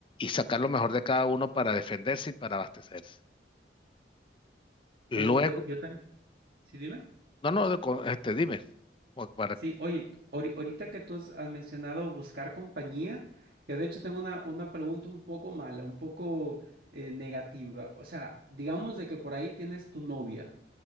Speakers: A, on the left; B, on the right.
A: y sacar lo mejor de cada uno para defenderse y para abastecerse. Luego,
B: Oye, yo, yo también. Sí, dime.
A: no, no, de co- este, dime, o para-
B: Sí, oye, ahori- ahorita que tú has has mencionado buscar compañía, yo de hecho tengo una, una pregunta un poco mala, un poco eh, negativa. O sea, digamos de que por ahí tienes tu novia.